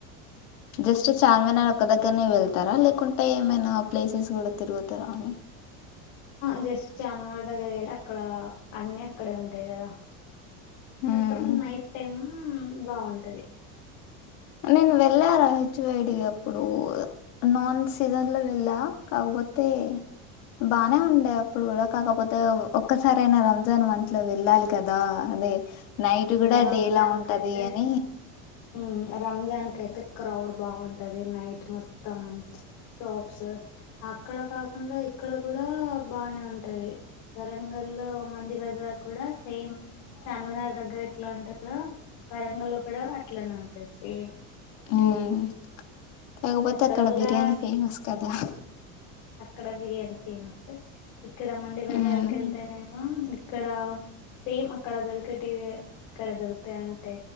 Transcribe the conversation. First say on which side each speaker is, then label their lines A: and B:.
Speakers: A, on the left; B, on the left.
A: జస్ట్ చార్మినార్ ఒక దగ్గ ఇక్కడ్నె వెళ్తార లేకుంటే ఏమైనా ప్లేసెస్ కూడా తిరుగుతారా అని
B: జస్ట్ చాార్మినార్ దగ్గర వెళ్తె అక్కడ అన్నిీ అక్కడే ఉంటాయి కదా
A: హ్మ్.
B: కాకపోతే నైట్ టైమ్ బాగుంటది
A: నేన్ వెళ్ళార హెచ్వైడి అప్పుడు నాన్ సీజన్ లో వెళ్ళా కాకపోతే బానే ఉండే అప్పుడు కూడ కాకపోతే ఒక్కసారి అయినా రంజాన్ మంత్ లో వెళ్ళాలి కదా అదే నైట్
B: అక్కడ
A: కూడా
B: రంజాన్
A: డే లా ఉంటది
B: కయితే
A: అని
B: ఉమ్ రంజాన్ అయితే క్రౌడ్ బాగుంటది నైట్ మొత్తం షాప్స్ అక్కడక అందులో ఇక్కడ కూడా బానే ఉంటది వరంగల్లో మండి బజార్ కూడ సేమ్ చార్మినార్ దగ్గర ఇట్ల ఉంటందో వరంగల్ లో కూడ అట్లనే ఉంటది సేమ్
A: ఉమ్ కాకపోతే
B: ఇక్కడ
A: అక్కడ
B: కూడా
A: బిర్యానీ ఫేమస్ కదా
B: అక్కడ బిర్యానీ ఫేమస్ ఇక్కడ మండి బజార్
A: ఉమ్,
B: కెళ్తేనేమో ఇక్కడ సేమ్ అక్కడ దొరికేటివి ఇక్కడ దొరుకుతాయి అంటే